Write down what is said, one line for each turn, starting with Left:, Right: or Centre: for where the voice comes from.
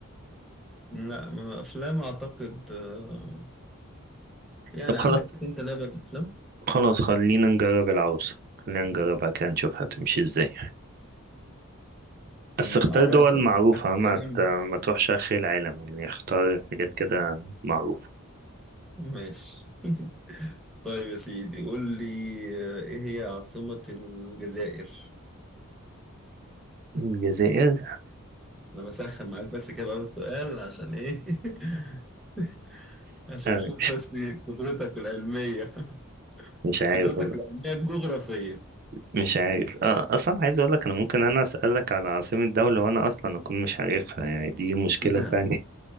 Centre: لا ما- أفلام أعتقد آه، يعني
Right: طب
Centre: عندك
Right: خلاص
Centre: أنت لعبة أفلام
Right: خلاص خلينا نجرب العواصم خلينا نجربها كده نشوف هتمشي إزاي بس
Centre: العواصم
Right: اختار دول معروفة
Centre: آخر
Right: ما
Centre: كلام
Right: ت- ما تروحش آخر العالم يعني اختار حاجات كده معروفة
Centre: ماشي <laughs> طيب يا سيدي قول لي آه، ايه هي عاصمة الجزائر؟
Right: الجزائر
Centre: انا بسخن معاك بس كده بقى سؤال عشان ايه؟ <laughs> عشان
Right: آه،
Centre: اشوف بس قدرتك العلمية <laughs>
Right: مش عارف
Centre: قدرتك
Right: والله
Centre: العلمية الجغرافية
Right: مش عارف آه، أصلا عايز أقول لك أنا ممكن أنا أسألك على عاصمة دولة وأنا أصلا أكون مش عارفها يعني دي مشكلة
Centre: ايه ده؟
Right: تانية